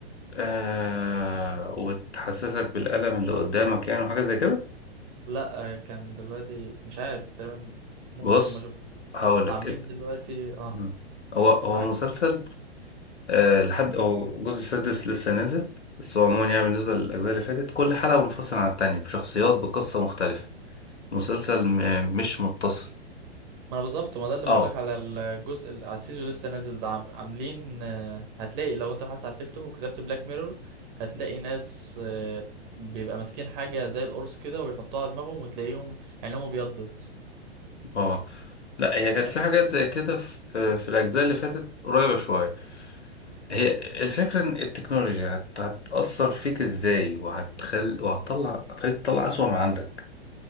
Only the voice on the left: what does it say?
آه وتحسسك بالألم اللي قدامك يعني وحاجة زي كده
بص
هقولك
اب-
مم. هو هو
مسلسل آه لحد هو الجزء السادس لسه نازل بس هو عموما يعني بالنسبة للأجزاء اللي فاتت كل حلقة منفصلة عن التانية بشخصيات بقصة مختلفة مسلسل م... مش متصل
اه
اه لا هي
كانت
في حاجات زي كده في في الاجزاء اللي فاتت قريبه شويه هي الفكره ان التكنولوجيا هت- هتاثر فيك ازاي وهتخل وهتطلع هتخليك تطلع اسوأ ما عندك